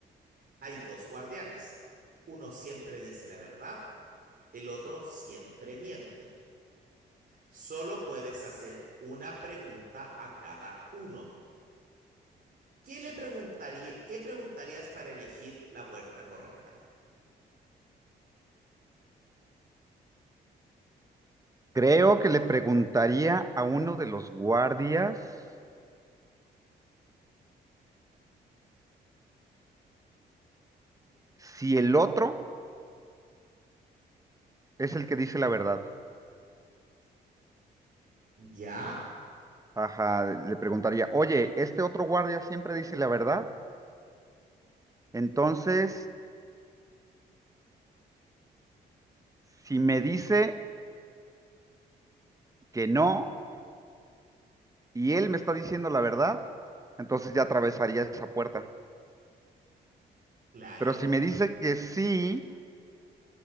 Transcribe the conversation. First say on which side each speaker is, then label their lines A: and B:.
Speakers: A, on the right (about 50°); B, on the right (about 15°).
A: Hay dos guardianes, uno siempre dice la verdad, el otro siempre miente. Solo puedes hacer una pregunta a cada uno. ¿Qué le preguntaría, qué preguntarías para elegir la puerta correcta?
B: Creo que le preguntaría a uno de los guardias si el otro es el que dice la verdad.
A: ¿Ya?
B: Ajá, le preguntaría, oye, ¿este otro guardia siempre dice la verdad? Entonces, si me dice que no. y él me está diciendo la verdad, entonces ya atravesaría esa puerta.
A: Claro.
B: Pero si me dice que sí,